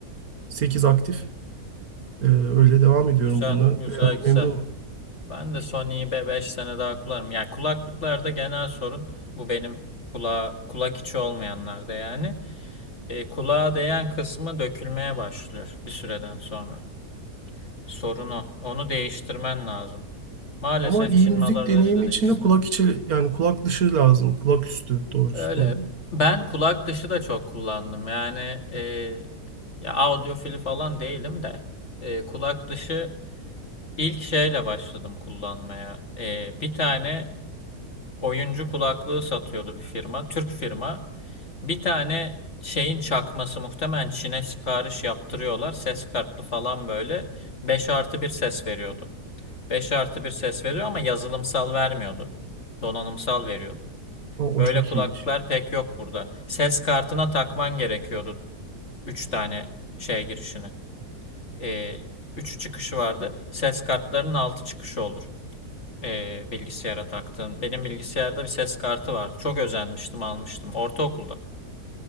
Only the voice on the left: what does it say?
Güzel.
Güzel
güzel.
Ben de Sony'yi 5 sene daha kullanırım. Yani kulaklıklarda genel sorun bu benim kulağa, kulak içi olmayanlarda yani. E, kulağa değen kısmı dökülmeye başlıyor bir süreden sonra. Sorun o. Onu değiştirmen lazım. Maalesef
Çin
malarlarıyla
değiştiremem.
Öyle. Ben kulak dışı da çok kullandım. Yani e, ya audiofili falan değilim de e, kulak dışı ilk şeyle başladım kullanmaya. E, bir tane oyuncu kulaklığı satıyordu bir firma. Türk firma. Bir tane şeyin çakması muhtemelen Çin'e sipariş yaptırıyorlar. Ses kartlı falan böyle 5 artı bir ses veriyordu. 5 artı bir ses veriyor ama yazılımsal vermiyordu. Donanımsal veriyordu.
Öyle
kulaklıklar
pek yok burada. Ses kartına takman gerekiyordu 3 tane şey girişini. Ee, 3 çıkışı vardı. Ses kartlarının 6 çıkışı olur e, bilgisayara taktığım. Benim bilgisayarda bir ses kartı vardı. Çok özenmiştim, almıştım ortaokulda.